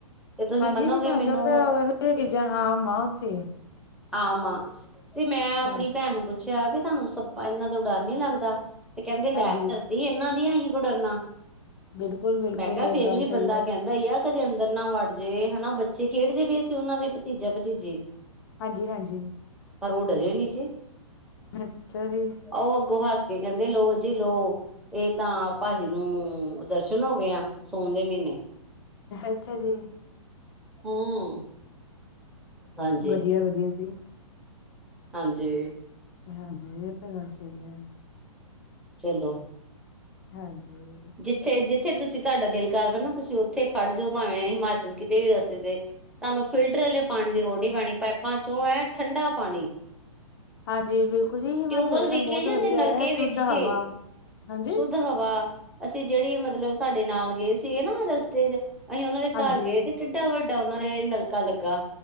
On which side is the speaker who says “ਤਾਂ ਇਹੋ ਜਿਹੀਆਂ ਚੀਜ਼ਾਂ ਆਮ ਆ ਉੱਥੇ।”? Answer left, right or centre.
Left